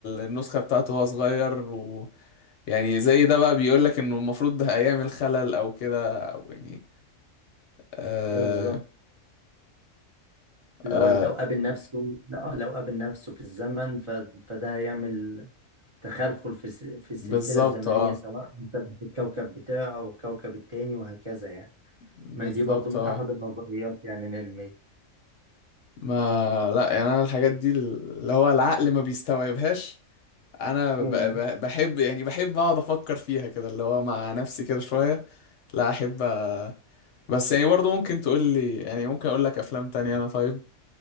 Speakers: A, on the left (about 65°); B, on the right (about 55°).
A: النسخة بتاعته وهو صغير يعني زي ده بقى بيقول لك انه المفروض ده ايام الخلل او كده او يعني آه
B: بالظبط اللي
A: آه
B: هو لو قابل نفسه لا، لو قابل نفسه في الزمن ف... فده هيعمل تخلخل في الس- في السلسلة
A: بالظبط
B: الزمنية
A: اه
B: سواء مثلا في الكوكب بتاعه او الكوكب التاني وهكذا يعني
A: بالظبط
B: ما هي دي برضو من
A: اه
B: احد النظريات يعني العلمية
A: ما لا يعني انا الحاجات دي اللي هو العقل ما بيستوعبهاش انا
B: امم
A: ب- ب- بحب يعني بحب اقعد افكر فيها كده اللي هو مع نفسي كده شوية لا احب آه، بس يعني برضو ممكن تقول لي يعني ممكن اقول لك افلام تانية انا طيب